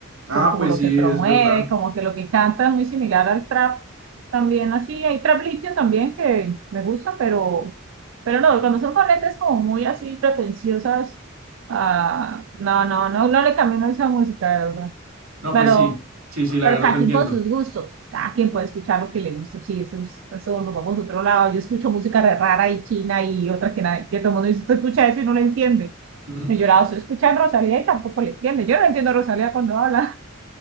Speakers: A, on the right; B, on the right.
A: Ah,
B: por como
A: pues
B: lo
A: sí,
B: que promueve,
A: es verdad.
B: como que lo que canta es muy similar al trap. También así, hay trap limpio también que me gusta, pero, pero no, cuando son con letras como muy así pretenciosas, ah, no, no, no, no le camino a esa música, de verdad.
A: No,
B: Pero,
A: pues sí, sí, sí, la
B: pero
A: verdad
B: cada
A: te entiendo.
B: quien con sus gustos, cada quien puede escuchar lo que le gusta, sí, eso, es- eso nos vamos a otro lado. Yo escucho música re rara y china y otra que, nadie, que todo el mundo dice, usted escucha eso y no lo entiende.
A: <laughs>
B: Yo he llorado, se escucha a Rosalía y tampoco le entiende. Yo no entiendo a Rosalía cuando habla